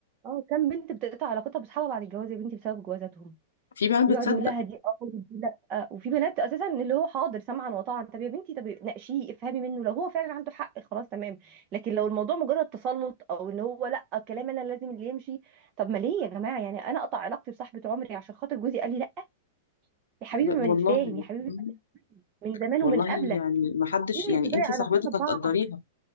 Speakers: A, on the right; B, on the left.
A: اه كام بنت بتقطع علاقتها بصحابها بعد الجواز يا بنتي بسبب جوازاتهم
B: في بنات
A: ويقعد
B: بتصدق
A: يقول لها دي اه ودي لا وفي بنات اساسا اللي هو حاضر سمعا وطاعا طب يا بنتي طب ناقشيه افهمي منه لو هو فعلا عنده حق خلاص تمام لكن لو الموضوع مجرد تسلط او ان هو لا الكلام انا لازم اللي يمشي طب ما ليه يا جماعه يعني انا اقطع علاقتي بصاحبه عمري عشان خاطر جوزي قال لي لا يا حبيبي
B: ب-
A: ما
B: والله
A: نتفاهم يا حبيبي
B: مم.
A: من زمان
B: والله
A: ومن قبله
B: يعني ما حدش
A: ليه
B: يعني
A: تضيع
B: انتي صاحبتك
A: علاقتنا ببعض
B: هتقدريها